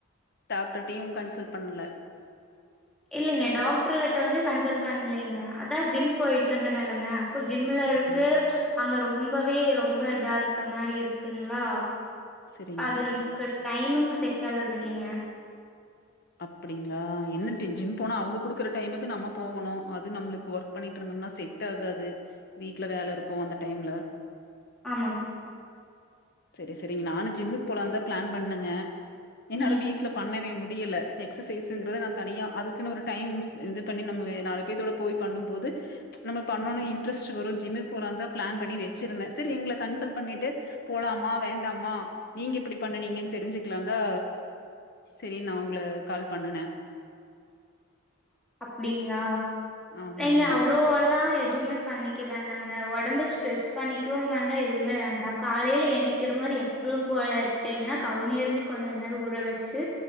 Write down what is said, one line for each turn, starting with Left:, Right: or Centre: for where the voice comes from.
Left: டாக்டர்டயூ கன்சல்ட் பண்ல
Centre: இல்லைங்க டாக்டர் கிட்ட வந்து கன்சல்ட் பண்லீங்க அதா ஜிம் போயிட்டுருந்தேன இல்லங்க இப்ப ஜிம்லருந்து
Left: அப்டி
Centre: அங்க ரொம்ப வே ரொம்ப இதாருக்க மாரி இருக்குங்களா
Left: சரிங்க
Centre: அது நம்க்கு டைமிங் செட் ஆகுறதில்லைங்க
Left: அப்டிங்ளா என்ன இ ஜிம் போனா அவுங்க குடுக்கற டைமுக்கு நம்ம போகணூ அது நம்மளுக்கு ஒர்க் பண்ணிட்டு இருந்தோம்னா செட் ஆகாது வீட்ல வேலருக்கூ அந்த டைம்ல
Centre: ஆமாங்
Left: செரி செரிங்க நானூ ஜிம்முக்கு போலாந்தா ப்ளான் பண்ணேங்க என்னோட
Centre: ம்
Left: வீட்ல பண்ணவே முடியல எக்ஸசைஸுங்கிறது நா தனியா அதுக்குன்னு ஒரு டைம்ஸ் இது பண்ணி நம்ம நாலு பேத்தோட போய் பண்ணும்போது நம்ம பண்ணோன்னு இன்ட்ரெஸ்ட் வரூ ஜிம்முக்கு போலான்ந்தா ப்ளான் பண்ணி வச்சிருந்தே செரி உங்கள கன்சல்ட் பண்ணிட்டு போலாமா வேண்டாமா நீங்க எப்டி பண்ணுனீங்கன்னு தெரிஞ்சுக்கலாந்தா செரி நா உங்கள கால் பண்ணுனே
Centre: அப்டிங்களா
Left: ஆமாங்க
Centre: ஏங்க அவ்ளோ எல்லா எதூமே பண்ணிக்க வேண்டாங்க ஒடம்பு ஸ்ட்ரெஸ் பண்ணிக்கவூ வேண்டா எதூமே வேண்டா காலையில எநிக்கிற மாரி எப்பவூ போல எச்சிங்கன்னா கவுனி அரிசி கொஞ்ச நேரோ ஊற வச்சு